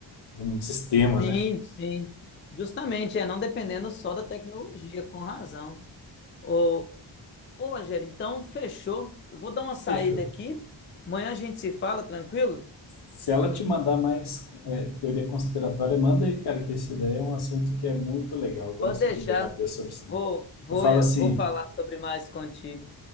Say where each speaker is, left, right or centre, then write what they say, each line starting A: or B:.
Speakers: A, on the left; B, on the left.
A: de um sistema,
B: Sim,
A: né?
B: sim. Justamente, é não dependendo só da tecnologia, com razão. Ô, ô, Angela, então fechou. Eu vou dar uma saída
A: Fechou.
B: aqui. Amanhã a gente se fala, tranquilo?
A: Se ela te mandar mais é, teoria conspiratória, manda aí, cara, que esse daí é um assunto que é muito legal. Eu gosto
B: Pode deixar.
A: de debater sobre isso
B: Vou,
A: daí.
B: vou,
A: Eu falo
B: eh,
A: assim,
B: vou falar sobre mais contigo.